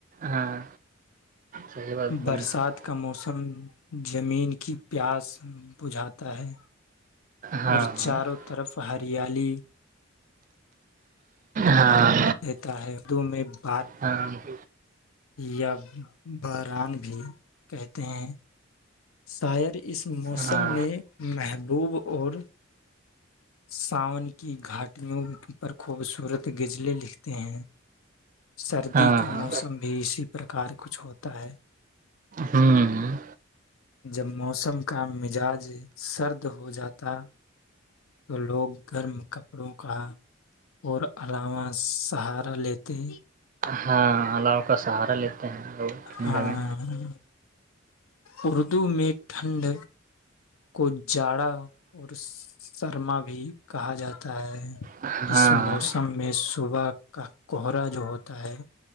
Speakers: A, on the right; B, on the left.
A: ہاں صحیح بات بول
B: برسات
A: رہے
B: کا موسم زمین کی پیاس بجھاتا ہے
A: ہاں
B: اور
A: ہاں
B: چاروں طرف ہریالی
A: ہاں
B: دیتا ہے اردو میں <unintelligible>
A: ہاں <unintelligible>
B: یا <unintelligible> باران بھی کہتے ہیں شاعر اس موسم
A: ہاں
B: میں محبوب اور ساون کی گھاٹیوں پر خوبصورت غزلے لکھ ہیں سردی
A: ہاں
B: کا
A: ہاں
B: موسم تم بھی اسی پرکار کچھ ہوتا ہے
A: ہوں
B: جب موسم کا مزاج سرد ہو جاتا تو لوگ گرم کپڑوں کا اور علاوہ سہارا لیتے۔
A: ہاں علاؤ کا سہارا لیتے ہیں لوگ ٹھنڈ
B: ہاں
A: میں۔
B: اردو میں ٹھنڈ۔ کو جاڑا اور سرما۔ بھی کہا جاتا ہے۔
A: ہاں
B: اس موسم میں صبح۔ کا کوہرا جو ہوتا ہے